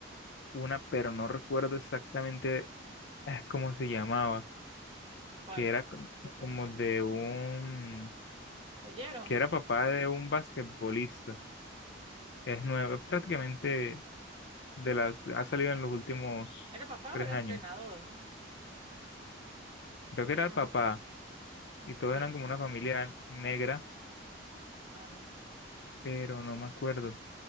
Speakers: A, on the left; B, on the right.
A: una, pero no recuerdo exactamente eh, cómo se llamaba,
B: ¿cuál?
A: que era co-
B: ¿De qué?
A: como de un,
B: ¿Oyeron?
A: que era papá de un basquetbolista, es nuevo, es prácticamente de
B: Ah,
A: las, ha salido en los últimos
B: ¿era papá
A: tres
B: o era
A: años,
B: entrenador?
A: creo
B: ¿O
A: que
B: él
A: era
B: era
A: el papá.
B: un...
A: y todos
B: que-
A: eran como una familia negra,
B: Ah, no.
A: pero no me acuerdo.